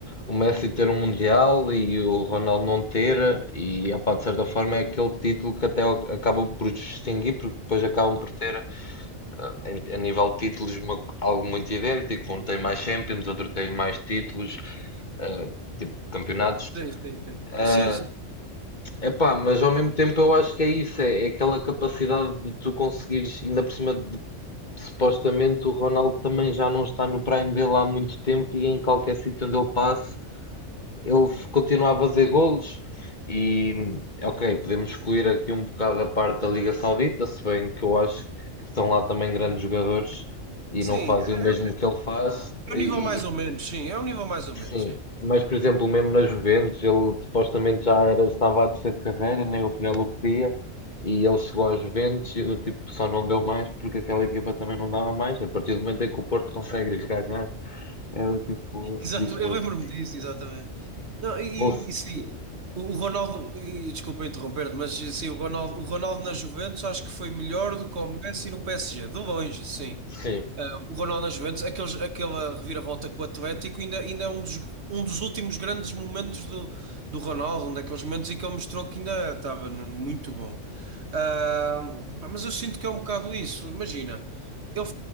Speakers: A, on the left; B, on the right.
A: o Messi ter um Mundial e o Ronaldo não ter, e epá, de certa forma é aquele título que até acaba por distinguir, porque depois acabam por ter, ah, em- a nível de títulos, uma- algo muito idêntico. Um tem mais Champions, outro tem mais títulos, ah, tipo campeonatos.
B: Sim, sim, sim.
A: Ah,
B: Sim, sim.
A: epá, mas ao mesmo tempo eu acho que é isso, é, é aquela capacidade de tu conseguires, ainda por cima Supostamente o Ronaldo também já não está no prime dele há muito tempo e em qualquer sítio onde ele passe, ele continua a fazer golos. E, ok, podemos excluir aqui um bocado a parte da Liga Saudita, se bem que eu acho que estão lá também grandes jogadores e
B: Sim,
A: não fazem
B: é, é
A: o mesmo que ele faz. E,
B: um nível mais ou menos, sim, é um nível mais ou menos,
A: Sim,
B: sim.
A: mas por exemplo, mesmo na Juventus, ele supostamente já era, estava a descer de carreira, nem o Real o queria, e ele chegou à Juventus e tipo, só não deu mais porque aquela equipa também não dava mais. A partir do momento em que o Porto consegue lhes ganhar, é o tipo,
B: Exato,
A: diz muito.
B: eu lembro-me disso, exatamente. Não, e,
A: Ou se-
B: e sim, o, o Ronaldo, e, desculpa interromper-te, mas sim, o Ronaldo, o Ronaldo na Juventus acho que foi melhor do que o Messi no PSG, de longe, sim.
A: Sim,
B: Ah, o Ronaldo na Juventus, aqueles, aquela reviravolta com o Atlético, ainda, ainda é um dos, um dos últimos grandes momentos do, do Ronaldo, um daqueles momentos em que ele mostrou que ainda estava no- muito bom. Ah, pá, mas eu sinto que é um bocado isso, imagina. Ele,